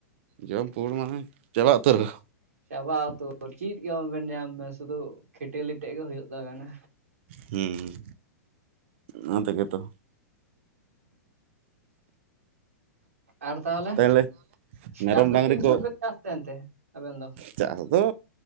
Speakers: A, on the right; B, on the right.
A: ᱡᱚᱢ ᱯᱩᱲ ᱢᱟᱱᱮ ᱪᱟᱵᱟ ᱩᱛᱟᱹᱨᱚᱜ-ᱟ᱾
B: ᱪᱟᱵᱟ ᱩᱛᱟᱹᱨ ᱪᱮᱫ ᱜᱮᱵᱮᱱ ᱧᱟᱢ ᱵᱮᱱ ᱥᱩᱫᱷᱩ ᱠᱷᱮᱴᱞᱤ ᱛᱮᱫ ᱜᱮ ᱦᱩᱭᱩᱜ ᱛᱟᱵᱮᱱᱟ᱾
A: ᱦᱩᱸᱻ᱾ ᱚᱱᱟ ᱛᱮᱜᱮ ᱛᱚ᱾
B: ᱟᱨ ᱛᱟᱦᱚᱸᱞᱮ
A: ᱛᱟᱦᱚᱞᱮ ᱢᱮᱨᱚᱢ
B: ᱪᱟᱥ ᱫᱚ
A: ᱰᱟᱝᱨᱤ
B: ᱛᱤᱱ ᱪᱷᱚᱴ
A: ᱠᱚ
B: ᱵᱮᱱ ᱪᱟᱥ ᱛᱟᱦᱮᱹᱱ ᱛᱮ ᱟᱵᱮᱱ ᱫᱚ᱾
A: ᱪᱟᱥ ᱫᱚ᱾